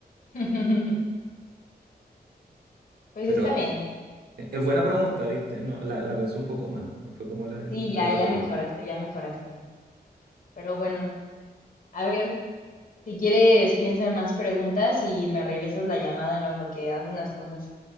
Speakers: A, on the left (about 55°); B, on the right (about 75°).
A: <laughs> Pues
B: Pero
A: está bien.
B: eh, es buena pregunta, ¿viste? No, la, la pensé un poco más. No fue como la del,
A: Sí,
B: la
A: ya,
B: del
A: ya
B: otro
A: mejoraste,
B: día.
A: ya mejoraste. Pero bueno, a ver, si quieres, piensa en más preguntas y me regresas la llamada en lo que hago unas cosas.